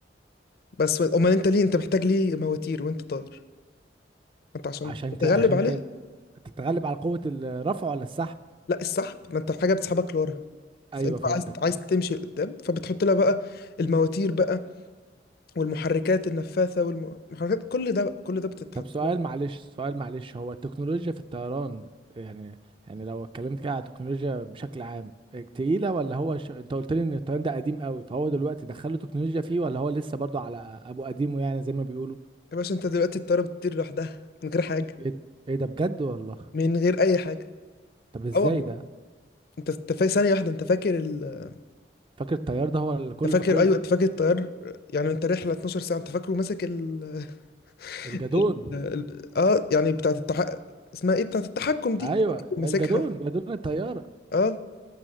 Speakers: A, on the left (about 55°); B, on the right (about 25°).
A: بس امال انت ليه انت محتاج ليه مواتير وانت طاير ما انت عشان
B: عشان
A: تتغلب
B: ت... عشان
A: عليه
B: ت... تتغلب على قوة الرفع ولا السحب
A: لا السحب ما انت حاجة بتسحبك لورا فانت
B: ايوه فهمتك
A: عايز عايز تمشي لقدام فبتحط لها بقى المواتير بقى والمحركات النفاثة والمحركات كل ده بقى كل ده بتتحط
B: طب سؤال
A: لها
B: معلش سؤال معلش هو التكنولوجيا في الطيران يعني يعني لو اتكلمت كده على التكنولوجيا بشكل عام تقيلة ولا هو ش... انت قلت لي ان الطيران ده قديم قوي فهو دلوقتي دخلوا تكنولوجيا فيه ولا هو لسه برضو على ابو قديمه يعني زي ما بيقولوا
A: يا باشا انت دلوقتي الطيارة بتطير لوحدها من غير حاجة
B: ايه إيه ده بجد والله
A: من غير اي حاجة
B: طب ازاي
A: اه والله
B: ده
A: انت انت فا- ثانية واحدة انت فاكر ال...
B: فاكر الطيار ده هو الكل
A: انت فاكر
B: في كل
A: ايوه انت فاكر الطيار يعني انت رحلة 12 ساعة انت فاكره ماسك ال...
B: الجدون
A: ال... ال... اه يعني بتاعت التح... اسمها ايه بتاعت التحكم دي
B: ايوه الجدون
A: ماسكها
B: جدون الطيارة
A: اه